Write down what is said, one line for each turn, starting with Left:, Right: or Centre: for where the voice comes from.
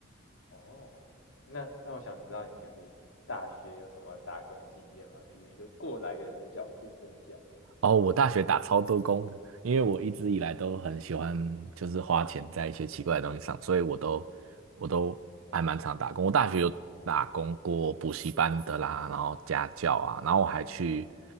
Left: 哦，那那我想知道你就是大学有什么打工经验吗？就是一个过来人的角度分享，
Right: 哦，我大学打超多工的，因为我一直以来都很喜欢，就是花钱在一些奇怪的东西上，所以我都我都还蛮常打工。我大学有打工过补习班的啦，然后家教啊，然后我还去，